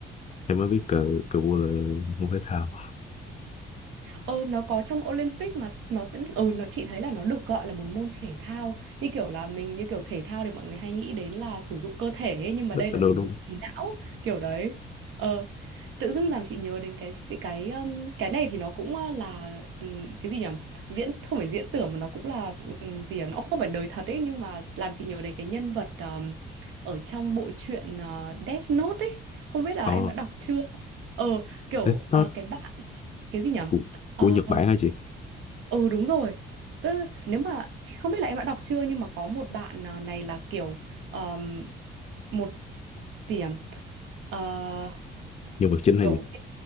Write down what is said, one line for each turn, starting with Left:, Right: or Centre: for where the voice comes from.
Left: em mới biết cờ cờ vua là môn thể thao
Right: Ờ nó có trong Olympic mà nó sẽ ừ nó chị thấy là nó được gọi là một môn thể thao như kiểu là mình như kiểu thể thao thì mọi người hay nghĩ đến là sử dụng cơ thể ấy, nhưng mà
Left: đâu
Right: đây là
Left: đâu
Right: sử
Left: đâu.
Right: dụng trí não kiểu đấy. Ờ tự dưng làm chị nhớ đến cái phi- cái um, cái này thì nó cũng uh, là um, cái gì nhỉ? Viễn không phải diễn tưởng mà nó cũng là um, gì nhỉ? Nó không phải đời thật ấy nhưng mà làm chị nhớ đến cái nhân vật um, ở trong bộ truyện uh, Death Note ấy. Không biết là
Left: ồ
Right: em đã đọc chưa? Ờ kiểu
Left: Death Note
Right: ờ, cái bạn cái gì nhỉ?
Left: của,
Right: Ờ,
Left: của Nhật Bản hả chị
Right: ừ đúng rồi. Tức nếu mà chị không biết là em đã đọc chưa nhưng mà có một bạn à, này là kiểu ờm, một gì nhỉ? Ờ,
Left: nhân vật chính hả
Right: kiểu
Left: chị